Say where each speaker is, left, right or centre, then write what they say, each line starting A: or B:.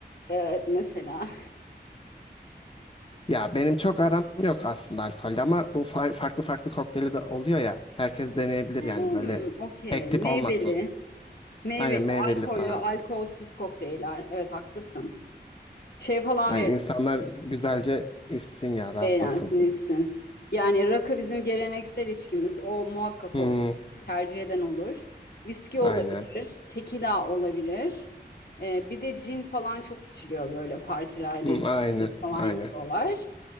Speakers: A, on the left (about 65°); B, on the left (about 30°).
A: evet mesela.
B: Ya benim çok aram yok aslında alkolde ama bu fa- farklı farklı kokteyli de oluyor ya. Herkes deneyebilir
A: Hmm,
B: yani böyle
A: okey.
B: tek
A: Meyveli,
B: tip olmasın.
A: meyveli,
B: Aynen meyveli
A: alkollü,
B: falan.
A: alkolsüz kokteyller. Evet haklısın. Şey falan
B: Aynen
A: veriyor.
B: insanlar güzelce içsin ya rahatlasın.
A: Eğlensin, Yani rakı bizim geleneksel içkimiz. O muhakkak
B: Hmm,
A: olsun. Tercih eden olur. Viski olabilir,
B: aynen.
A: tekila olabilir. Ee, bir de cin falan çok içiliyor böyle partilerde
B: Hmm, aynen.
A: cin falan
B: Aynen.
A: yapıyorlar.